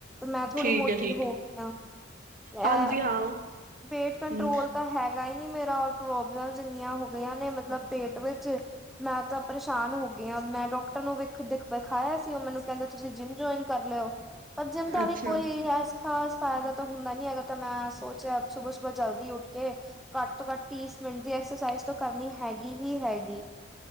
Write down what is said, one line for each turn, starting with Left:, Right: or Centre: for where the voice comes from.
Centre: ਮੈਂ ਥੋੜ੍ਹੀ
Right: ਠੀਕ
Centre: ਮੋਟੀ
Right: ਹੈ ਠੀਕ
Centre: ਹੋ
Right: ਹੈ
Centre: ਗਈ ਹ ਇਹ
Right: ਹਾਂਜੀ ਹਾਂ
Centre: ਵੇਟ ਕੰਟਰੋਲ
Right: ਹਮ
Centre: ਤਾਂ ਹੈਗਾ ਹੈਗਾ ਹੀ ਨੀ ਮੇਰਾਰ ਪ੍ਰੋਬਲਮ ਇੰਨੀਆਂ ਹੋਗਆਂ ਨੇ ਮਤਲਬ ਪੇਟ ਵਿਚ ਮੈਂ ਤਾਂ ਪਰੇਸ਼ਾਨ ਹੋ ਗਈ ਹ ਮੈਂ ਡਾਕਟਰ ਨੂੰ ਵਖ ਦਿਖ ਵਿਖਾਇਆ ਸੀ ਉਹ ਮੈਨੂੰ ਕਹਿੰਦੇ ਤੁਸੀਂ ਜਿੰਮ ਜੁਆਇਨ ਕਰ ਲਿਓ ਜਿਮ ਦਾ
Right: ਅੱਛਾ
Centre: ਵੀ ਕੋਈ ਹੈ। ਖਾਸ ਫਾਇਦਾ ਤਾਂ ਹੁੰਦਾ ਨੀ ਹੈਗਾ ਤਾਂ ਮੈਂ ਸੋਚਿਆ ਸੁਬ ਸੁਬ ਜਲਦੀ ਉੱਠ ਕੇ ਘੱਟ ਤੋਂ ਘੱਟ ਤੀਸ ਮਿੰਟ ਦੀ ਐਕਸਰਸਾਈਜ਼ ਕਰਨੀ ਹੈਗੀ ਹੀ ਹੈਗੀ।